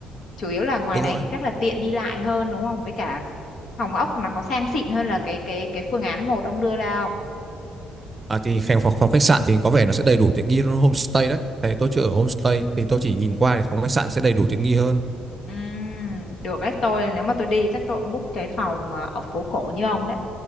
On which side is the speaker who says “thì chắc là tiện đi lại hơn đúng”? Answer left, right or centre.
Left